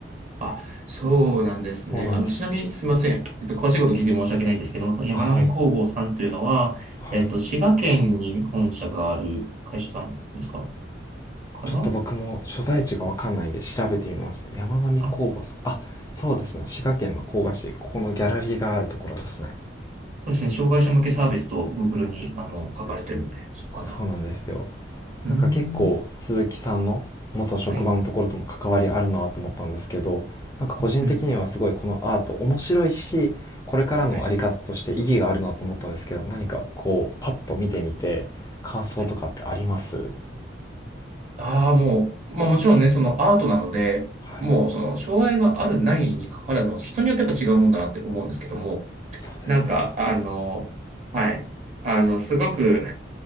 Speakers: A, on the right (about 40°); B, on the left (about 20°).
A: あ、そうなんですね。
B: そうなんです
A: あの、ちなみにすいません。えっと、詳しいこと聞いて申し訳ないんですけど、その山並工房さんというのは、
B: はいはい
A: えっと、滋賀県に本社がある会社さんですかかな
B: ちょっと僕も所在地が分かんないんで調べてみますね山並工房さんあそうですね滋賀県の甲賀市ここのギャラリーがあるところですね
A: あ、そうですね。障害者向けサービスと Google に、あの、書かれてるので、そうかな。
B: そうなんですよ
A: うーん。
B: なんか結構鈴木さんの元職場のところとも関わりあるなと思ったんですけどなんか個人的にはすごいこのアート面白いしこれからの在り方として意義があるなと思ったんですけど何かこうパッと見てみて感想とかってあります
A: はい。うん。はい。はい。ああ、もう、まあもちろんね、そのアートなので、
B: はい
A: もうその障害があるないにかかわらずも、人によってやっぱ違うもんだなって思うんですけども、
B: そうですね
A: なんか、あの、はい。あの、すごく